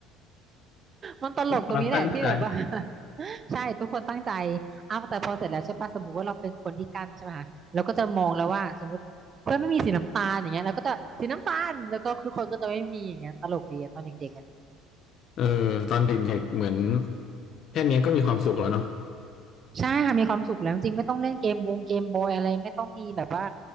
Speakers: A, on the right; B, on the left.
A: มันตลกตรงนี้แหละที่แบบว่า
B: ความตั้งใจ
A: ใช่ทุกคนตั้งใจอ้าวแต่พอเสร็จแล้วใช่ปะสมมุติว่าเราเป็นคนที่กั้นใช่ไหมคะเราก็จะมองแล้วว่าสมมติเพื่อนไม่มีสีน้ำตาลอย่างเงี้ยเราก็จะสีน้ำตาลแล้วก็ทุกคนก็จะไม่มีอย่างเงี้ยตลกดีอะตอนเด็กๆอะ
B: เออตอนเด็กๆเหมือนแค่เนี้ยก็มีความสุขแล้วเนาะ
A: ใช่ค่ะมีความสุขแล้วจริงๆไม่ต้องเล่นเกมวงเกมบอยอะไรไม่ต้องมีแบบว่า